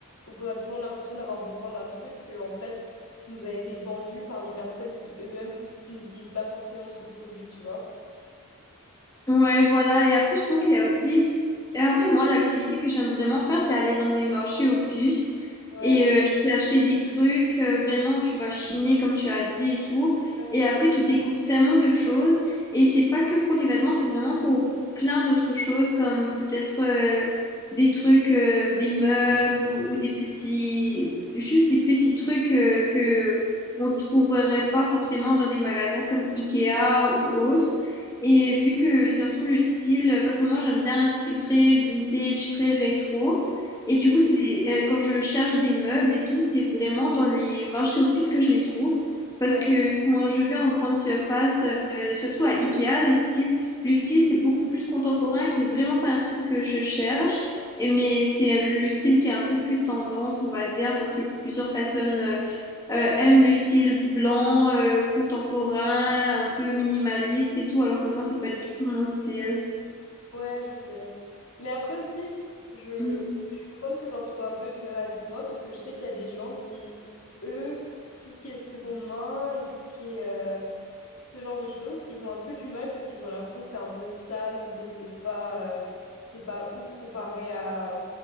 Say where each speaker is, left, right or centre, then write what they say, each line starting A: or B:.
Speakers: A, on the left; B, on the left.
A: ou qu'on a toujours l'impression d'avoir besoin d'un truc que, en fait, nous a été vendu par des personnes qui eux-mêmes n'utilisent pas forcément ce produit, tu vois.
B: Ouais, voilà. Et après, je trouve qu'il y a aussi. Et après, moi, l'activité que j'aime vraiment faire, c'est aller dans des marchés aux puces
A: Ouais,
B: et euh, chercher des trucs. euh, vraiment, tu vas chiner, comme tu as dit et tout.
A: ouais,
B: Et après, tu découvres tellement de choses. Et c'est pas que pour les vêtements, c'est vraiment pour plein d'autres choses, comme peut-être euh, des trucs, euh, des meubles ou, ou des petits. Juste des petits trucs euh, que on trouverait pas forcément dans des magasins comme Ikea ou autre. Et vu que surtout le style, parce que moi j'aime bien un style très vintage, très rétro.
A: Mhm.
B: Et du coup, c'est des- euh, quand je cherche des meubles et tout, c'est vraiment dans les marchés aux puces que je les trouve. Parce
A: ouais,
B: que quand je vais en grande surface, euh, surtout à Ikea, les styles, le style c'est beaucoup plus contemporain, qui est vraiment pas un truc que je cherche. Et
A: Mhm.
B: mais c'est le style qui est un peu plus tendance, on va dire, parce que plusieurs personnes euh, euh, aiment le style blanc, euh, contemporain, un peu minimaliste et tout, alors que moi, c'est pas du tout mon style.
A: ouais, je sais. Mais après aussi, je,
B: Mhm.
A: je suis contente que genre tu sois un peu du même avis que moi parce que je sais qu'il y a des gens qui, eux, tout ce qui est seconde main et tout ce qui est euh, ce genre de choses, ils ont un peu du mal parce qu'ils ont l'impression que c'est un peu sale ou que c'est pas, euh, c'est pas ouf comparé à,